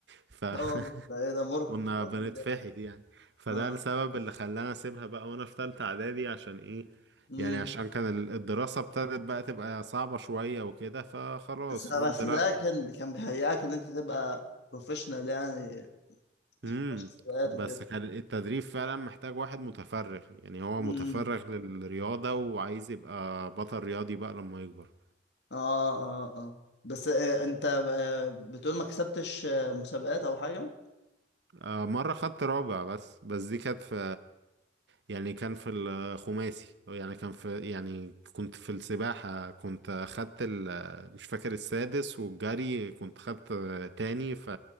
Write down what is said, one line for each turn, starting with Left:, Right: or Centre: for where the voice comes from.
Right: فكنا
Left: ده وال- ده ايه ده مرهق
Right: <laughs>
Left: مرهق
Right: بنتفحت
Left: جامد
Right: يعني فده
Left: اه
Right: السبب اللي خلاني اسيبها بقى وانا في تالتة اعدادي عشان ايه
Left: امم
Right: يعني عشان كان ال- الدراسة ابتدت بقى تبقى صعبة شوية وكده فخلاص
Left: بس بس
Right: قلت لا
Left: ده كان كان بيهيئك ان انت تبقى بروفيشنال يعني في
Right: امم
Left: ماتش السباقات
Right: بس
Left: وكده
Right: كان التدريب فعلا محتاج واحد متفرغ يعني هو
Left: امم
Right: متفرغ للرياضة وعايز يبقى بطل رياضي بقى لما يكبر
Left: اه اه اه بس آه، انت آه، بتقول ما كسبتش آه، مسابقات او حاجة
Right: آه، مرة خدت رابع بس بس دي كانت في يعني كان في الخماسي يعني كان في يعني كنت في السباحة كنت خدت ال مش فاكر السادس والجري كنت خدت تاني ف